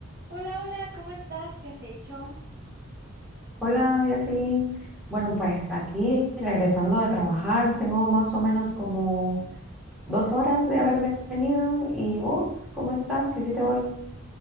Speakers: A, on the right (about 55°); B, in the centre.
A: Hola, hola, ¿cómo estás? ¿Qué has hecho?
B: Hola, Jacqueline. Bueno, pues aquí regresando de trabajar, tengo más o menos como dos horas de haber ve- venido. ¿Y vos, cómo estás? ¿Qué hiciste hoy?